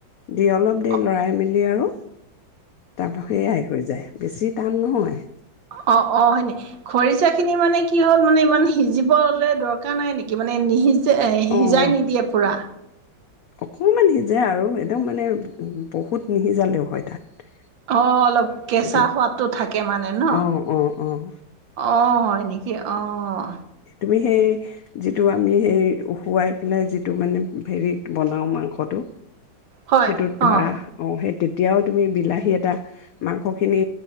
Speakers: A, on the left; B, on the right.
A: দি অলপ দেৰি
B: অ
A: লৰাই মেলি আৰু তাৰপা সেয়াই হৈ যায় বেছি টান নহয়
B: অ অ হয় নেকি খৰিচাখিনি মানে কি হল মানে ইমান সিজিব দকাৰ নাই নেকি মানে নি এ সিজাই
A: অ'।
B: নিদিয়ে পুৰা
A: অকমান সিজে আৰু একদম মানে বহুত নিসিজালেও হয় তাত
B: অ কেঁচা
A: সেইটো
B: সোৱাদটো থাকে মানে ন
A: অ', অ', অ',
B: অ কিয় অঁ
A: আমি সেই যিটো আমি সেই উখুৱাই পেলাই যিটো মানে হেৰিত বনাওঁ মাংসটো
B: হয়,
A: সেইটোত ধৰা
B: অ',
A: আহ সেই তেতিয়াও তুমি বিলাহী এটা মাংসখিনি